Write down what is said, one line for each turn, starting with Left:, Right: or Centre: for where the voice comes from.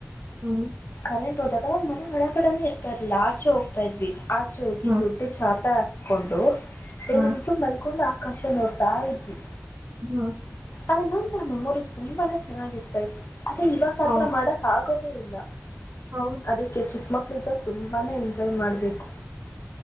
Right: ಹ್ಮ್.
Left: ಕರೆಂಟ್ ಹೋದಾಗ ಮನೆ ಒಳಗಡೆನೆೇ ಇರ್ತಾ ಇಲಿಲ್ಲ ಆಚೆ ಹೋಗ್ತಾ ಇದ್ವಿ. ಆಚೋಹೋಗಿ
Right: ಹ್ಮ್
Left: ದೊಡ್ಡ ಛಾಪೆ ಹಾಸ್ ಸ ಕೊಂಡು.
Right: ಹ್ಮ್
Left: ಎಲ್ರೂ ಮಲ್ಕೊಂಡ ಆ ಕಾಶಾ ನೋಡ್ತಾ ಇದ್ವಿ.
Right: ಹ್ಮ್
Left: ಆಲ್ಲ ಒಂಥರ ಮೆಮೊರೀ ತುಂಬಾನೇ ಚೆನ್ನಾಗಿ ಇರ್ತಾ ಇತ್ತು. ಅದೇ ಇವಾಗ ಆ
Right: ಹೌದು
Left: ತರಾ ಮಾಡಕ್ ಆಗೋದೇ ಇಲ್ಲ
Right: ಹೌದು
Left: ಅದಕ್ಕೆ ಚಿಕ್ಕಮಕ್ಕ ಳಾಗ ತುಂಬಾನೇ ಎಂಜಾಯ್ ಮಾಡ್ಬೇಕು